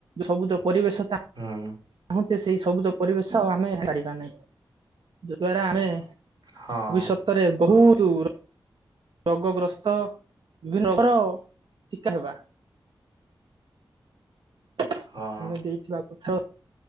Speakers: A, on the right; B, on the right.
A: ସବୁଜ ପରିବେଶ ଚାଁ
B: ହୁଁ।
A: ଚାହୁଁଛେ ସେଇ ସବୁଜ ପରିବେଶ ଆମେ ପାରିବା ନାହିଁ ଯ ଦ୍ଵାରା ଆମେ ଭବିଷ୍ୟତରେ
B: ହଁ
A: ବହୁତ୍ ଉର ରୋଗ ଗ୍ରସ୍ତ ବିଭିନ୍ନ ରୋଗର ଶିକାର ହେବା। ତୁମେ
B: ହଁ
A: ଦେଇଥିବା କଥା।